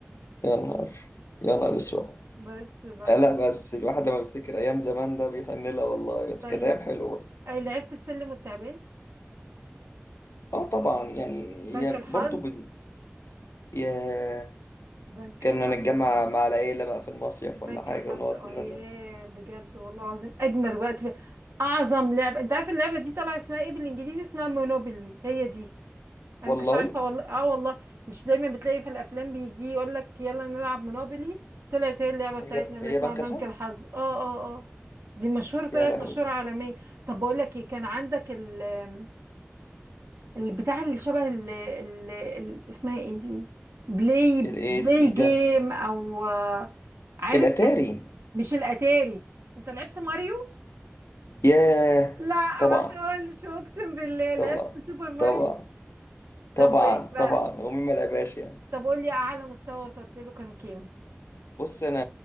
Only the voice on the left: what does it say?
يا نهار يا نهار اسود
آه، لا بس الواحد لما بيفتكر ايام زمان ده بيحن لها والله بس
كانت ايام حلوه
اه طبعا يعني
يا
برضو بن... يا
كنا
نتجمع مع العيله بقى في المصيف
ولا حاجه
ونقعد
كلنا
والله
هي
هي
بنك
الحظ
يا لهوي
الايه
سيجا
الاتاري
ياه
طبعا
طبعا
طبعا طبعا
طبعا
هو مين ما لعبهاش يعني
بص انا